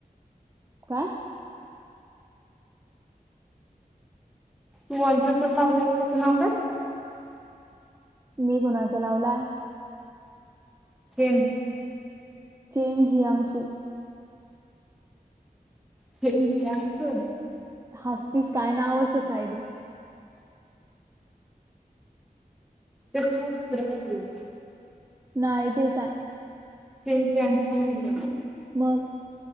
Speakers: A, on the right; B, in the centre.
A: काय
B: तू वॉलपेपर लावला आहेस त्याचं नाव काय?
A: मी कुणाचा लावलाय?
B: तेन
A: चेंज जियांग सु
B: चेजजियांग सु
A: हस्तीस काय नावच तसं आहे ते
B: त्याच नाव दुसर काही तरी आहे.
A: नाही तेच आहे.
B: चेज जियांग सु नाही आहे
A: मग